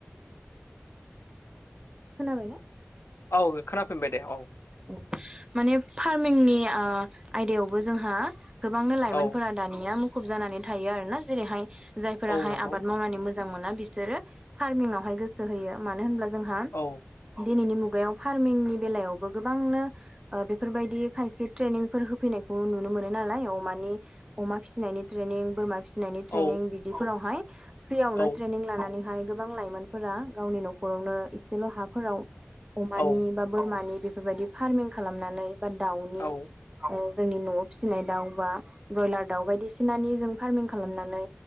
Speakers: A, on the right (about 20°); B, on the left (about 80°).
A: खोनाबायना
B: औ खोनाफिनबाय दे औ
A: ओ माने फार्मिंनि ओ आयदायावबो जोंहा गोबांनो लाइमोनफोरानो
B: औ
A: दानिया मुखुब जानानै थायो आरोना जैरैहाय जायफोराहाय
B: औ नंगौ
A: आबाद मावनानै मो जां मोना बिसोरो फार्मिङावहाय गोसो होयो मानो होनब्ला जोंहा
B: औ
A: दिनैनि मुगायाव फार्मिंनि बेलायावबो गोबांनो ओ बेफोरबायदि खायसे ट्रेनिंफोर होफैनायखौ नुनो मोनो नालाय अमानि अमा फिसिनायनि ट्रेनिं बोरमा फिसि नायनि ट्रेनिं
B: औ
A: बिदिफोरावहाय फ्रियावनो
B: औ
A: ट्रेनिं लानानैहाय गोबां लाइमोनफोरा गावनि नखरावनो इसेल' हाफोराव अमानि
B: औ
A: बा बोरमानि बेफोरबायदि फार्मिं खालामनानै बा दाउनि
B: औ
A: ओ जोंनि न'वाव फिसिनाय दाउ बा बयलार दाउ बायदिसिनानि जों फार्मिं खालामनानै